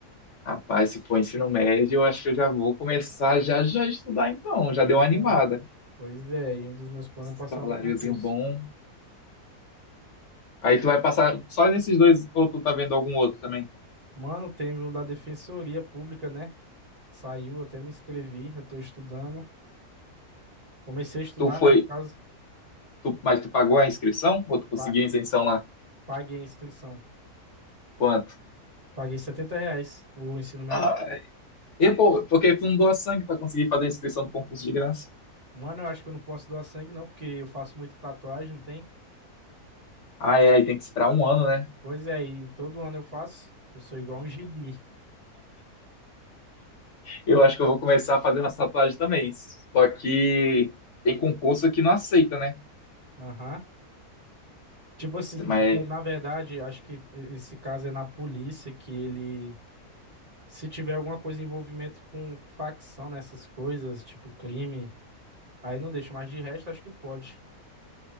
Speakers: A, on the left; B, on the right.
A: Rapaz, se for ensino médio, eu acho que eu já vou começar já já a estudar então. Já
B: Pois
A: deu uma animada.
B: é, mano. pois é. E um dos meus planos
A: Saláriozinho
B: é passar no concurso.
A: bom. Aí tu vai passar só nesses dois, ou tu tá vendo algum outro também?
B: Mano, teve um da Defensoria Pública, né? Saiu, até me inscrevi. Eu tô estudando. Comecei a estudar,
A: Tu foi,
B: né? No caso,
A: tu, mas tu pagou a inscrição? Ou tu conseguiu
B: pa-
A: a isenção lá?
B: paguei a inscrição.
A: Quanto?
B: Paguei 70 reais o ensino médio.
A: Ah, e pô, porque tu não doa sangue pra conseguir fazer a inscrição do concurso de graça?
B: Mano, eu acho que eu não posso doar sangue, não, porque eu faço muita tatuagem, não tem?
A: Ah, é, aí tem que esperar um ano, né?
B: Pois é, e todo ano eu faço. Eu sou igual um gibi.
A: Eu acho que eu vou começar a fazer umas tatuagens também. Só que tem concurso que não aceita, né?
B: Aham. Tipo assim,
A: Mas
B: eh, na verdade, acho que esse caso é na polícia que ele, se tiver alguma coisa em envolvimento com facção nessas coisas, tipo crime, aí não deixa, mas de resto acho que pode.